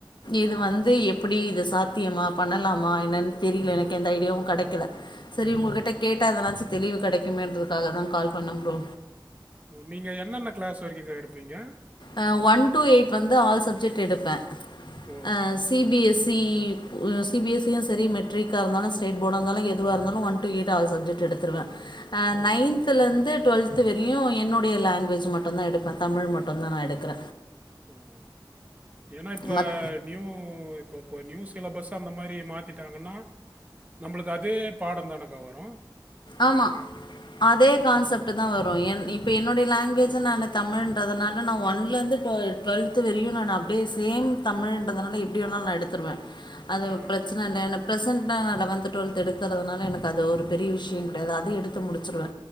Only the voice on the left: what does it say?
இது வந்து எப்டி இது ஸ் சாத்தியமா பண்ணலாமா என்னென்னு தெரில எனக்கு எந்த ஐடியாவு கெடைக்கல செரி உங்ககிட்ட கேட்டா எதனாச்சு தெளிவு கெடைக்குமேன்றதுக்காக தா கால் பண்ண ப்ரோ
ஆ ஒன் டூ எயிட் வந்து ஆல் சப்ஜெட் எடுப்ப
ஆ சிபிஎஸ் சி சிபிஎஸ்சி யு செரி மெட்ரிக்கா இருந்தலு ஸ்டேட் போர்டா இந்தாலு எதுவா இருந்தாலு one to eight all subject எடுத்துருவே அ நைன்த்துலருந்து
டுவெல்த் வரையு என்னுடைய லாங்குவேஜ் மட்டுந்தா எடுப்பே தமிழ் மட் மட்டுந்தா நா எடுக்குற
மற்ற
ஆமா அதே கான்செப்ட்டுதா வரு என் இப்ப என்னுடைய லாங்குவேஜ் த்து நானு தமிழ்ன்றதுனால நா ஒன்லருந்து டு டுவெல்த்து வரையு நானு அப்டியே சேம் தமிழன்றதுனால எப்டி வேணாலு நா எடுத்துடுவே அது ஒரு
பிரச்சன இல்ல எனக் பிரசன்டா நா லெவன் டுவெல்த் எடுக்கறதுனால எனக்கு அது ஒரு பெரிய விஷ ஷயங்கெடையாது அதையு எடுத்து முடிச்சுடுவே